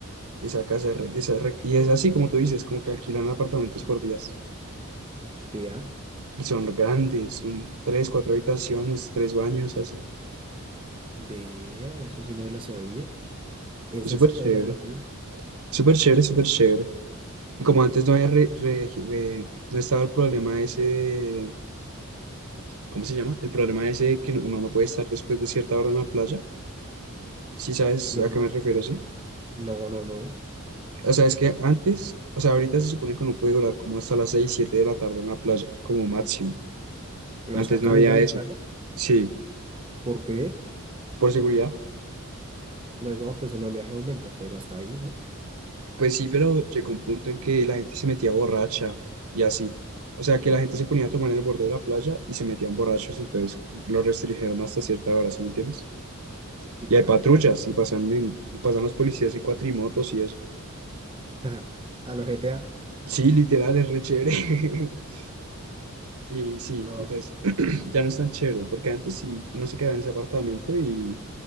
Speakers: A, on the right; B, on the right.
A: Esa casa es, re- esa es re- y es así como tú dices, como que alquilan apartamentos por días.
B: Vea,
A: Y son grandes, son tres, cuatro habitaciones, tres baños, así.
B: vea, eso sí no me la sabía. Esa
A: Es súper
B: sí
A: chévere,
B: no me la sabía.
A: súper chévere, súper chévere. Y como antes no había re- re- re- no estaba el problema ese ¿cómo se llama? El problema ese de que uno no puede estar después de cierta hora en la playa. Si sabes
B: Luego,
A: a qué me refiero, sí.
B: no, no, no.
A: O sea, es que antes, o sea, ahorita se supone que uno puede durar como hasta las 6, 7 de la tarde en la playa, como máximo.
B: Lo
A: Antes
B: sacan
A: no había
B: a uno de
A: eso.
B: la playa.
A: Sí,
B: ¿Por qué?
A: por seguridad.
B: Luego, ah, pues el oleaje aumenta, pero hasta ahí, ¿no?
A: Pues sí, pero llegó un punto en que la gente se metía borracha y así. O sea, que la gente
B: Ah,
A: se ponía
B: Sí,
A: a tomar en el borde de la playa y se metían borrachos, entonces lo restringieron hasta cierta hora, ¿sí me entiendes?
B: sí,
A: Y
B: claro.
A: hay patrullas y pasan, en- pasan los policías en cuatrimotos y eso.
B: <laughs> A los GTA.
A: Sí, literal, es re chévere. <laughs> Y sí,
B: No,
A: entonces <clears throat> ya no es tan chévere, porque antes sí uno se quedaba en ese apartamento y